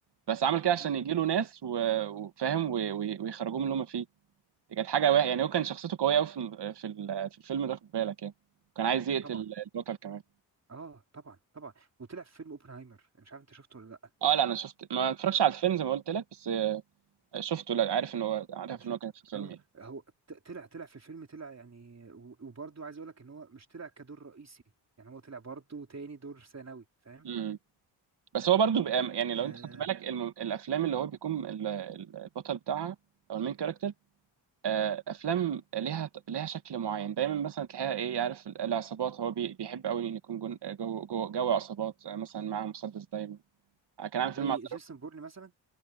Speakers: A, on the right; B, on the right.
A: بس عمل كده عشان
B: امم
A: يجي له ناس و- وفاهم و- و- ويخرجوه من اللي هم فيه دي كانت حاجه واحده يعني هو كان شخصيته قويه قوي في الم- في ال- في الفيلم ده خد بالك يعني كان عايز يقتل
B: طبعا
A: البطل كمان
B: اه طبعا طبعا وطلع في فيلم اوبنهايمر مش عارف انت شفته ولا لا
A: اه لا انا شفت ما اتفرجش على الفيلم زي ما قلت لك بس آه، شفته لا عارف ان هو عارف
B: ماشي
A: ان هو كان في فيلم
B: اه
A: يعني.
B: هو ت- طلع طلع في الفيلم طلع يعني و- وبرضه عايز اقول لك ان هو مش طلع كدور رئيسي يعني هو طلع برضه تاني دور ثانوي فاهم
A: مم. بس هو برضو بقى يعني لو
B: آه
A: انت خدت بالك الم... الافلام اللي هو بيكون ال- ال- البطل بتاعها او المين كاركتر آه، افلام ليها ليها شكل معين دايما مثلا تلاقيها ايه عارف ال- العصابات هو بي... بيحب قوي ان يكون جون... جو... جو... جو عصابات آه، مثلا معاه مسدس دايما آه، كان عامل
B: زي
A: فيلم مع زاروك
B: جيسون بورن مثلا